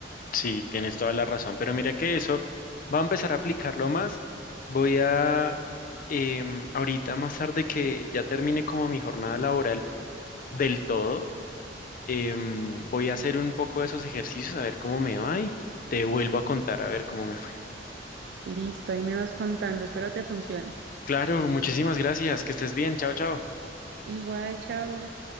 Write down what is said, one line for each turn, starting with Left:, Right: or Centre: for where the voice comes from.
Left: Sí, tienes toda la razón, pero mira que eso va a empezar a aplicarlo más. Voy a, em, ahorita más tarde que ya termine como mi jornada laboral del todo, em, voy a hacer un poco de esos ejercicios, a ver cómo me va y te vuelvo a contar, a ver cómo me fue.
Right: Listo, ahí me vas contando. Espero te funcione.
Left: Claro, muchísimas gracias, que estés bien, chao, chao.
Right: Igual, chao.